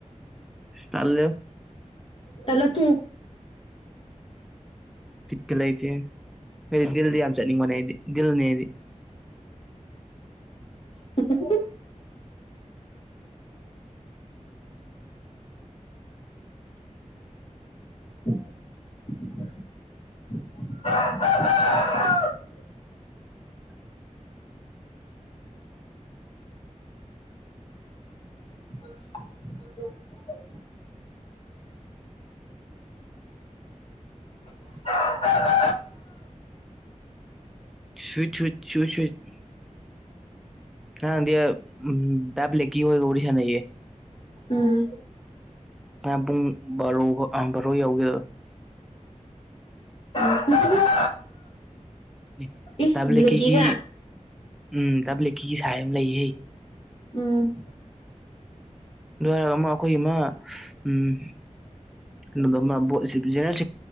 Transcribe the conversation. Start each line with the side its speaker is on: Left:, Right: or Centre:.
Centre: ꯇꯥꯜꯂꯦ
Left: ꯇꯜꯂ ꯇꯣꯛꯎꯨ
Centre: ꯕꯤꯠꯒ ꯂꯩꯇꯦ ꯗꯤꯟꯗꯤ ꯌꯥꯝ ꯆꯠꯅꯤꯡꯕꯅꯦ ꯑꯩꯗꯤ ꯗꯤꯟꯗꯤ
Left: <inaudible> <inaudible>
Centre: <unintelligible>
Left: <unintelligible> <inaudible>
Centre: ꯁꯨꯏ ꯁꯨꯏ ꯁꯨꯏ ꯁꯨ <inaudible> ꯉꯔꯥꯡꯗꯤ ꯗꯥ ꯕ꯭ꯂꯦꯀꯤ ꯑꯣꯏꯒ ꯋꯥꯔꯤ ꯁꯥꯟꯅꯩꯌꯦ
Left: ꯎꯝ
Centre: ꯀꯌꯥꯝ ꯄꯨꯡ ꯕꯥꯔꯣ ꯕꯥꯔꯣ ꯌꯎꯒꯦꯔ
Left: <inaudible>
Centre: ꯑꯦ
Left: ꯏꯁ
Centre: ꯗꯥ ꯕꯂꯤꯛꯀꯤꯒꯤ
Left: ꯕ꯭ꯂꯦꯀꯤꯒ
Centre: ꯎꯝ ꯗꯥ ꯕꯂꯤꯛꯀꯤꯒꯤ ꯁꯥꯏ ꯑꯃ ꯂꯩꯍꯦ
Left: ꯎꯝ
Centre: ꯑꯗꯨ ꯍꯥꯢꯔꯒ ꯑꯃ ꯑꯩꯈꯣꯏꯒꯤ ꯑꯃ ꯎꯝ ꯑꯗꯨꯒ ꯑꯃ ꯕꯣꯠ ꯖꯦꯅꯦꯔꯦꯟ